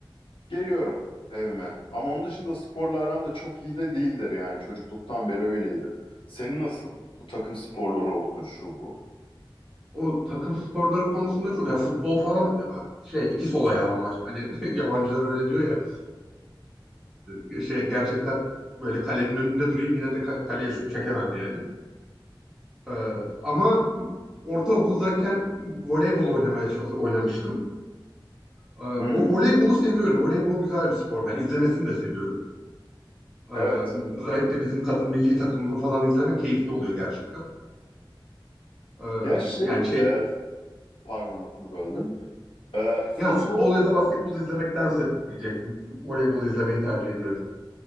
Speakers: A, on the left; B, in the centre.
A: Geliyorum evime. Ama onun dışında sporla aram da çok iyi de değildir yani. Çocukluktan beri öyleydi. Senin nasıl? Bu takım sporları olsun şu bu.
B: O takım sporları konusunda çok ya futbol falan e, şey iki sol ayağım var. Hani <laughs> yabancılar öyle diyor ya. Ee, şey gerçekten böyle kalenin önünde durayım yine de ka- kaleye şut çekemem yani. Ee, ama ortaokuldayken voleybol oynamaya çalış oynamıştım. Ee, vo-
A: Hmm,
B: voleybolu seviyorum. Voleybol güzel bir spor. Ben izlemesini de seviyorum. Ee,
A: evet.
B: özellikle bizim kadın milli takımını falan izlemek keyifli oluyor gerçekten. Ee,
A: Ya şey,
B: yani şey
A: e, pardon lafını böldüm. E,
B: yani
A: futbol
B: futbol ya da basketbol izlemektense diyecektim. Voleybol izlemeyi tercih ediyorum.